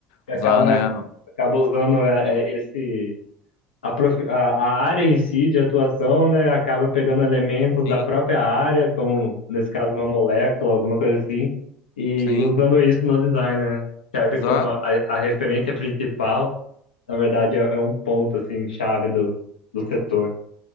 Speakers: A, on the left; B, on the left.
A: e
B: usar,
A: acaba,
B: né?
A: acaba usando é, é, esse a, profi- a- a área em si de atuação, né, acaba pegando elementos
B: Sim,
A: da própria área, como nesse caso uma molécula, alguma coisa assim, e
B: sim,
A: usando isso no design, né? Serve
B: exato,
A: como a, a referência principal, na verdade é, é um ponto assim chave do, do setor.